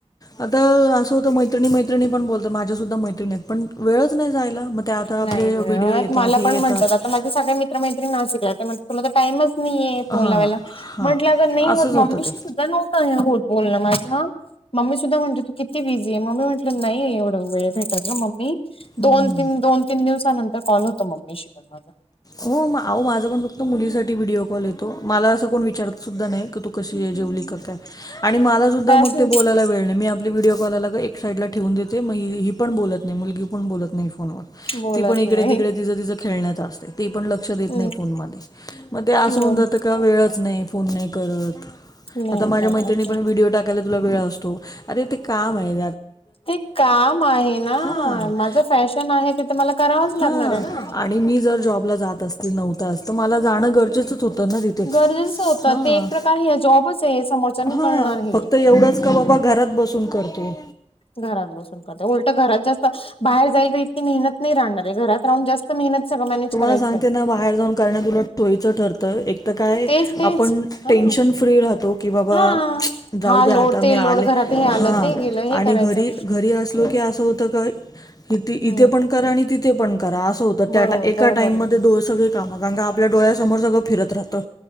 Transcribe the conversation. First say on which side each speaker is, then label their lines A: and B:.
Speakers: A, on the left; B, on the left.
A: आता असं होतं मैत्रणी मैत्रिणी पण बोलत माझ्यासूद्धा मैत्रिणीत पण वेळच नाही जायला. ते आता आपले
B: नाही मिळत
A: व्हिडिओ येतात
B: मला
A: हे
B: पण
A: येतात
B: म्हणतात आता माझे सगळ्या मित्र मैत्रीणी नाशिक ल आहेत ते त्यामुळे तुला तर टाइमच नाहीय
A: हां
B: फोन लावायला
A: हां
B: म्हटल नाही
A: असंच
B: होत
A: होतं
B: मम्मीशी
A: ते
B: सुद्धा न नाय होत बोलण माझं. मम्मी सुद्धा म्हणते तू किती बिझी आहे मम्मी म्हटलं नाही एवढं वेळ भेटत ना मम्मी.
A: हम्म
B: दोन तीन दोन तीन दिवसानंतर कॉल होतो मम्मीशी पण मला
A: हो आ माझं पण फक्त मुलीसाठी व्हिडिओ. ल येतो मला असं कोण विचारत सुद्धा नाही की तू कशी आहे जेवली क काय? आणि मला सुद्धा
B: असं
A: मग ते बोलायला वेळ नाही मी आप आपली व्हिडिओ कॉल लागंल एक साईडला ठेवून देते मग ही पण बोलत नाही मुलगी पण बोलत नाही फोनवर.
B: बोलत
A: ती पण इकडे
B: नाही.
A: तिकडे तिचं तिचं खेळण्यात. ते पण लक्ष देत
B: हम्म
A: नाही फोनमध्ये मग ते असं
B: ब
A: होऊन जातं का वेळ. च नाय फोन नाय करत
B: नाही
A: आत्ता माझ्या
B: करायचं
A: मैत्रीणी पण व्हिडियो टाक तेला तुला वेळ असतो, अरे ते काम हाय.
B: ते काम आहे ना,
A: हां
B: माझं फॅशन आहे तिथ मला करावंच लागणार
A: हां
B: आहे ना.
A: मी जर जॉबला जात असती नव्हतं असत तर मला जाणं गरजेचंच होतं. तण तिथे
B: गरजेचं होतं
A: हा-
B: ते एक प्रकार हे जॉबच आहे समोरच्यानी
A: हा
B: कळणार हे.
A: फक्त एवढच. क बाबा घरात बसून करते.
B: घरात बसून क कते, उलटं घरात जास्त बाहेर जायला इतकी मेहनत नाही राहणार आहे घरात राहून जास्त मेहनत सगळ मॅनेज
A: तुम्हाला
B: करायचय.
A: <inaudible> बाहेर जाऊन. करन तुला उलट सोईचं ठरतं. त काय
B: तेच तेच
A: आपण
B: हा
A: टेन्शन फ्री राहतो, की बाबा
B: हा.
A: जाऊद्या
B: हा लोड
A: आता मी
B: ते लोड
A: आले.
B: घरात हे आलं
A: हा
B: ते गेलं हे
A: आणि
B: करायचं
A: घरी-घरी असलो की, असं होतं का इथे
B: हम्म
A: पण करा आणि तिथे पण करा असं हो
B: बरोबर!
A: एका
B: बरोबर
A: टाइम
B: बरोबर.
A: मध्ये डो सगळे कामं, कका आपल्या डोळ्यासमोर सगळ फिरत राहतं.